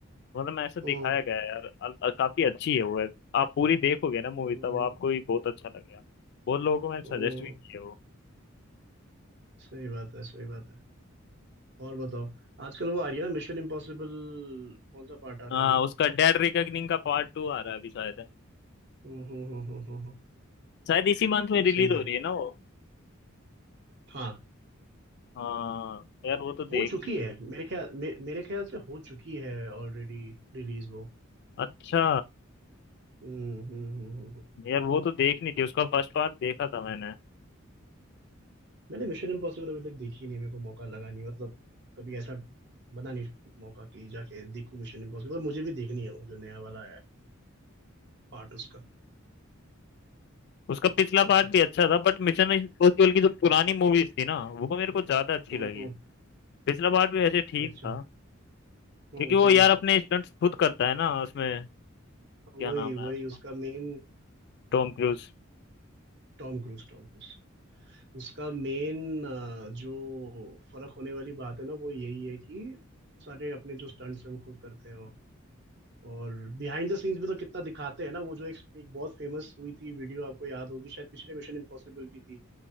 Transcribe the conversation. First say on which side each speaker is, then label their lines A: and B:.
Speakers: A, on the left; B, on the right.
A: मतलब ऐसे दिखाया
B: हम्म,
A: गया है यार अ- अ- काफी अच्छी है वो है आप पूरी देखोगे ना मूवी
B: हम्म,
A: तब आपको भी बहुत अच्छा लगेगा बहुत लोगों को मैंने
B: हम्म,
A: सजेस्ट भी किया वो
B: सही बात है सही बात है और बताओ आजकल वो आ रही है ना मिशन इम्पॉसिबल कौन सा पार्ट आ रहा
A: हाँ
B: है अभी तो?
A: उसका डेड रिकनिंग का पार्ट टू आ रहा है अभी शायद
B: हम्म हम्म हम्म हम्म, हम्म,
A: शायद इसी मंथ में
B: वो भी
A: रिलीज
B: सही
A: हो
B: है
A: रही है ना वो
B: हाँ
A: हाँ यार वो तो देखनी
B: हो चुकी है मेरे ख्याल मे, मेरे ख्याल से हो चुकी है ऑलरेडी रिलीज वो
A: अच्छा
B: हम्म हम्म हम्म हम्म, हम्म।
A: यार वो तो देखनी थी उसका फर्स्ट पार्ट देखा था मैंने
B: मैंने मिशन इम्पॉसिबल अभी तक देखी नहीं मेरे को मौका लगा नहीं मतलब कभी ऐसा बना नहीं मौका कि जाके देखूं मिशन इम्पॉसिबल मुझे भी देखनी है वो जो नया वाला आया है पार्ट उसका
A: उसका पिछला
B: <laughs>
A: पार्ट भी अच्छा था बट मिशन इम्पॉसिबल की जो पुरानी मूवीज थी ना वो मेरे को ज्यादा अच्छी
B: हम्म
A: लगी
B: हम्म
A: पिछला पार्ट भी वैसे ठीक
B: अच्छा
A: था
B: हम्म
A: क्योंकि वो
B: हम्म
A: यार अपने स्टंट्स खुद करता है ना उसमें
B: हाँ,
A: क्या
B: वही
A: नाम
B: वही
A: है उसका
B: उसका main
A: Tom cruise
B: Tom Cruise Tom Cruise उसका मेन जो फर्क होने वाली बात है ना वो यही है कि सारे अपने जो स्टंट्स हैं वो खुद करते हैं वो और बिहाइंड द सीन्स भी तो कितना दिखाते हैं ना वो जो एक एक बहुत फेमस हुई थी वीडियो आपको याद होगी शायद पिछले मिशन इम्पॉसिबल की थी